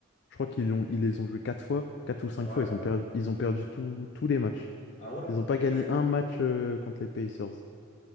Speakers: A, on the left; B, on the left.
A: je crois qu'ils ont, ils les ont joués quatre fois, quatre ou cinq
B: Ouais.
A: fois. Ils ont perdu, ils ont perdu tout- tous les matchs.
B: Ah ouais?
A: Ils n'ont pas
B: Ok.
A: gagné un match euh, contre les Pacers.